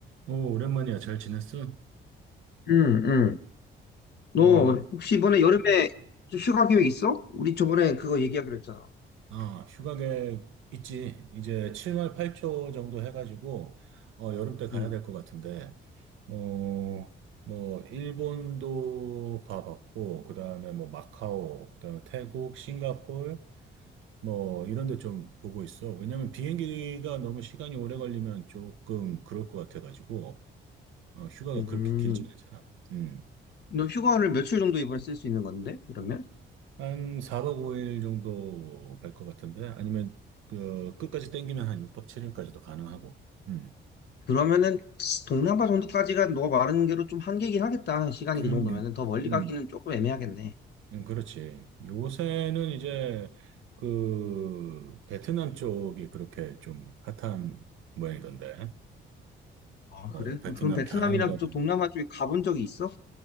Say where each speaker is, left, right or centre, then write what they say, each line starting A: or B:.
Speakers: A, on the right; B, on the left.
A: 오, 오랜만이야. 잘 지냈어?
B: 응, 응. 너
A: 어,
B: 혹시 이번에 여름에 좀 휴가 계획 있어? 우리 저번에 그거 얘기하기로 했잖아.
A: 아, 휴가 계획 있지. 이제 7월 8초 정도 해가지고, 어, 여름 때 가야
B: 응,
A: 될 것 같은데, 어, 뭐, 일본도 봐봤고, 그 다음에 뭐, 마카오, 그 다음에 태국, 싱가폴, 뭐, 이런 데 좀 보고 있어. 왜냐면 비행기가 너무 시간이 오래 걸리면 조금 그럴 것 같아가지고, 어, 휴가가
B: 음.
A: 그렇게 길진 않잖아. 음.
B: 너 휴가를 며칠 정도 이번에 쓸 수 있는 건데? 그러면?
A: 한 4박 5일 정도 갈 것 같은데 아니면 그 끝까지 땡기면 한 6박 7일까지도 가능하고. 음.
B: 그러면은 동남아 정도까지가 너가 말하는 대로 좀 한계긴 하겠다. 시간이
A: 음.
B: 그 정도면은 더 멀리
A: 음.
B: 가기는 조금 애매하겠네.
A: 음, 그렇지. 요새는 이제 그 베트남 쪽이 그렇게 좀 핫한 모양이던데.
B: 아,
A: 뭐
B: 그래?
A: 베트남
B: 그럼 베트남이나
A: 다낭이라든
B: 그쪽 동남아 쪽에 가본 적이 있어?